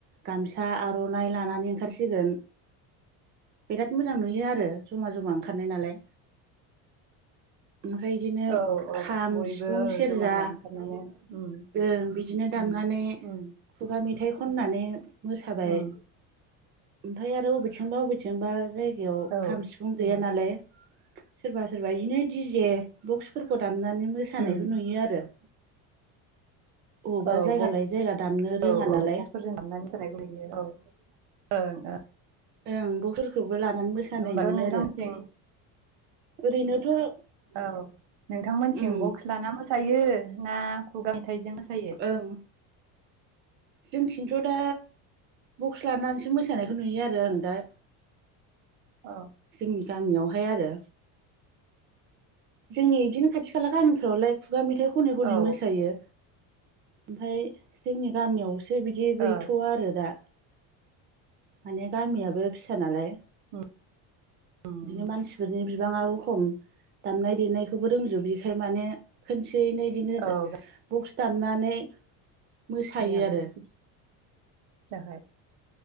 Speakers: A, on the right; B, on the right.
A: गामसा, आर'नाइ लानानै ओंखारसिगोन बिराद मोजां नुयो <unintelligible> <unintelligible> जमा -जमा ओंखारनाय नालाय। ओमफ्राय बिदिनो
B: औ औ
A: खाम,
B: बयबो
A: सिफुं,
B: ओ
A: सेरजा
B: जमा जमा ओंखारनानै उम
A: ओं बिदिनो दामनानै
B: उम
A: खुगा मेथाइ खननानै मोसाबाय।
B: उम
A: ओमफाय आरो अबेथिंबा अबेथिंबा जाय <unintelligible>
B: औ
A: खाम, सिफुं गैया नालाय सोरबा -सोरबा इदिनो डीजे बक्सफोरखौ दाम <unintelligible> मोसानायखौ
B: उम
A: नुयो आरो। अबावबा
B: औ
A: जायगा
B: बक्स
A: लायै जायगा दामनो रोङा
B: औ औ
A: नालाय
B: बक्सफोरजों दामनानै मोसानायखौ नुयो औ ओं ओं
A: ओं बक्सफोरखौबो लानानै मोसानाय
B: होमबाथ'
A: नुयो
B: नोंथांमोनथिं
A: आरो। ओरैनोथ'।
B: औ नोंथांमोनथिं
A: उम
B: बक्स लाना मोसा सायो ना खुगा मे फिथाइजों मोसायो।
A: ओं जोंथिंथ' दा बक्स लानानैसो मोसानायखौ नुयो आरो आं दा
B: औ।
A: जोंनि गामियावहाय आरो जोंनि बिदिनो खाथि खाला गामिफ्रावलाय खुगा मेथाइ खनै खनै
B: औ
A: मोसायो। ओमफ्राय जोंनि गामियावसो बिदि गैथ'आ
B: औ ओ
A: आरो दा। माने गामियाबो फिसा नालाय।
B: उम उम
A: बिदिनो मानसिफोर बिनि बिबांआबो खम दामनाय देनायखौबो रोंजोबा बेखाय माने एसे एनै बिदिनो
B: औ
A: बक्स दामनानै मोसायो
B: नियाबो
A: आरो।
B: एसे फिसाखाय